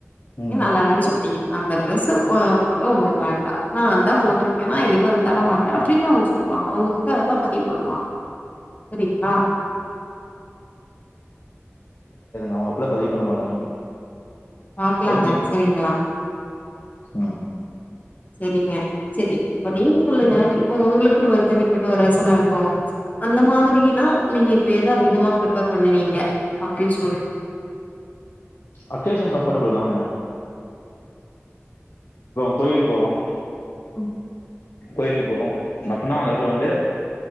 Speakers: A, on the left; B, on the left.
A: ம்
B: ஏ நல்லால்லன் சொல்ட்டீங்க அந்த ட்ரெஸ்ஸு அ ஃபோட்டோ உங்களுக்கு வேண்டா நா அதா போட்ருக்கேனா இனிமேல் அது தரமாட்டே அப்படின்னு அவங்க சொல்லுவாங்க அவங்ககிட்ட அதா பதிவு பண்ணுவாங்க சரிங்ளா
A: அவுங்க அப்பிட்லா பதிவு பண்ண மாட்டாங்க
B: பாக்லாங்க
A: அது எப்படி
B: செரிங்ளா
A: ம்
B: சரிங்க செரி இப்ப நீங்க சொல்லுங்க இப்ப ஒங்ளுக்னு ஒரு தனிப்பட்ட ஒரு ரசன இருக்கு அந்த மாரினா நீங்க இப்ப எத அதிகமா பிர்பர் பண்ணுவீங்க அப்டி சொல்லு.
A: அக்கேஷன் கம்ஃபடபிள் தாங்க <inaudible> கோயிலுக் போறோ
B: ம்
A: கோயிலுக்கு போறோ அப்புன்னா அந்த எடத்துல வந்து